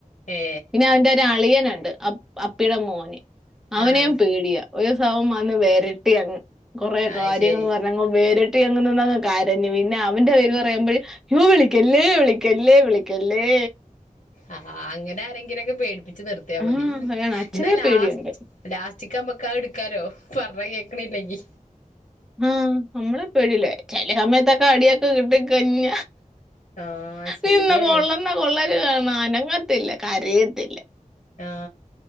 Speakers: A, on the left; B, in the centre.
A: ഏ
B: പിന്നെ അവന്റെ ഒരു അളിയൻണ്ട് അപ്പിയുടെ മോനെ അവനെയും
A: ആഹ്
B: പേടിയ ഒരു സവം വന്ന് വരട്ടി അങ്ങ് കുറെ
A: അത്
B: കാര്യങ്ങള്
A: ശരി
B: പറഞ്ഞങ്ങ് വെരെ ട്ടി അങ്ങ് നിന്ന് കരഞ്ഞു പിന്നെ അവന്റെ പേര് പറയുമ്പഴേ വിളിക്കല്ലേ വിളിക്കല്ലേ വിളിക്കല്ലേ
A: ആ അങ്ങനെ ആരെങ്കിലൊക്കെ പേടിപ്പി ച്ച് നിർത്തിയ
B: ആ
A: മതി
B: അതാണ് അച്ഛനെ
A: ഇന്ന ലാസ്
B: പേടിയുണ്ട്
A: ലാസ്റ്റ് ചിക്കൻ പക്കാവ് ഇടുക്കാലോ പറൾർഞ്ഞ കേൾക്ക്ണില്ലെങ്കി
B: ആ നമ്മളെ പേടില്ല ചെല സമയത്തൊക്കെ അടിയൊക്കെ കിട്ടി കഞ്ഞ
A: ആഹ് ശരിയാണ്
B: നിന്ന കൊള്ളുന്ന കൊള്ളല് കാണണം അനങ്ങത്തില്ല കരയ ത്തില്ല
A: ആ